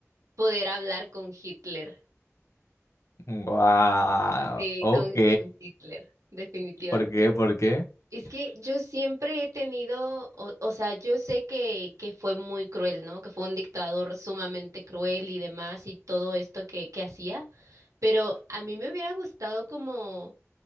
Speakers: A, on the right; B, on the left.
A: poder hablar con Hitler.
B: Wow,
A: Sí,
B: ok.
A: con, con Hitler, definitivamente.
B: ¿Por qué? ¿Por qué?
A: Es que yo siempre he tenido, o, o sea, yo sé que, que fue muy cruel, ¿no? Que fue un dictador sumamente cruel y demás y todo esto que, que hacía, pero a mí me hubiera gustado como